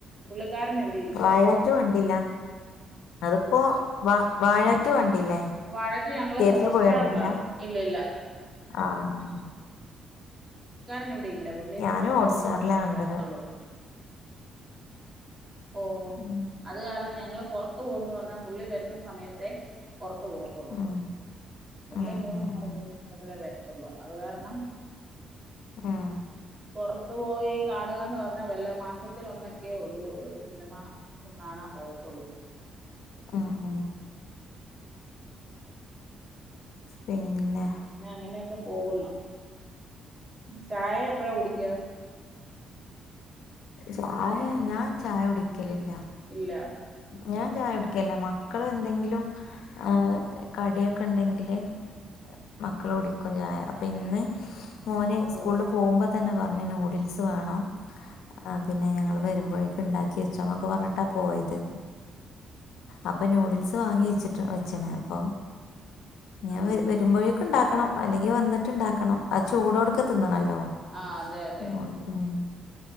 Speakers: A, on the right (about 25°); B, on the left (about 85°).
A: പുള്ളിക്കാരനിവിടെ.
B: വാഴ റ്റു കണ്ടില്ല അതിപ്പോ വാഴ റ്റു കണ്ടില്ലേ?
A: വാഴ റ്റു ഞങ്ങള്
B: തിയേറ്ററിൽ
A: ഹോട്ട്
B: പോയി
A: സ്റ്റാറിലാ
B: കണ്ടിട്ടില്ല
A: ക ഇല്ല ഇല്ല.
B: ആഹ്
A: പുള്ളിക്കാരൻ ഇവിടെ ഇല്ല പുള്ളി
B: ഞാനും
A: <unintelligible>
B: ഹോട്ട്സ്റ്റാറിലാ
A: ദിവസം കൂടുമ്പഴെ
B: കണ്ടത്
A: വരത്തൊള്ളൂ. ഓഹ്
B: ഉം
A: അത് കാരണം ഞങ്ങള് പൊർത്ത് പോകുന്ന് പറഞ്ഞാ പുള്ളി വര്ന്ന സമയത്തെ പൊർത്ത് പോവത്തൊള്ളൂ
B: ഉം
A: പുള്ളി
B: ഉം
A: മൂന്നും
B: ഉം
A: നാല്
B: ഉം
A: ദിവസം കൂടുമ്പളേ വരത്തൊള്ളൂ അത് കാരണം
B: ഉം
A: പൊർത്തുപോയി കാണുകാന്ന് പറഞ്ഞാ വല്ല മാസത്തിലൊന്നെക്കെ ഒള്ളൂ ഒരു സിനിമ കാണാൻ പോവത്തൊള്ളൂ
B: ഉം ഉം പിന്നെ
A: അ അങ്ങനെക്കെ പോകുന്നു ചായ എപ്പഴാ കുടിക്ക
B: ചായ ഞാൻ ചായ കുടിക്കലില്ല
A: ഇല്ലാ
B: ഞാൻ ചായ കുടിക്കലില്ല മക്കള് എന്തെങ്കിലും ആഹ് കടിക്കെണ്ടെങ്കില് മക്കള് കുടിക്കും ചായ അപ്പ ഇന്ന് മോന് സ്കൂളില്
A: ഓ
B: പോവുമ്പോതന്നെ പർഞ്ഞ് നൂഡിൽസ് വേണം ആ പിന്നെ ഞങ്ങള്
A: ആഹാ
B: വരുമ്പഴേക്ക്‌ ഇണ്ടാക്കി വെച്ചോന്നൊക്കെ പർഞ്ഞ്ട്ടാ പോയത് അപ്പ നൂഡിൽസ് വാങ്ങിവെച്ച്ട്ട് വെച്ച്ണ് അപ്പൊ ഞ്ഞിഅത്
A: ആഹ്
B: വരുമ്പോഴേക്ക്‌ണ്ടാക്കണം. അല്ലെങ്കി വന്ന്ട്ട്ണ്ടാക്കണം. ആ ചൂടോട്ക്കെ
A: ഓ
B: തിന്നണല്ലോ
A: ആ അതെ അതെ
B: നൂ ഉം